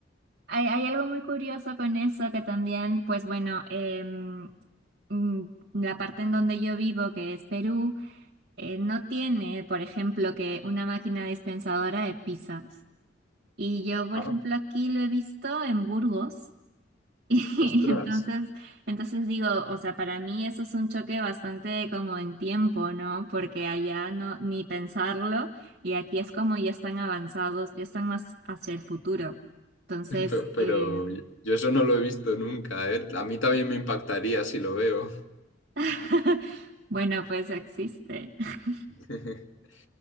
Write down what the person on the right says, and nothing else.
Hay, hay algo muy curioso con eso que también, pues bueno, em, mm, la parte en donde yo vivo, que es Perú, eh, no tiene, por ejemplo, que una máquina dispensadora de pizzas. Y yo, por
ejemplo, aquí lo he visto en Burgos. <laughs> Y
entonces, entonces digo, o sea, para mí eso es un choque bastante como en tiempo, ¿no? Porque allá no, ni pensarlo, y aquí es como ya están avanzados, ya están más hacia el futuro. Entonces,
eh,
<laughs> bueno, pues existe. <laughs>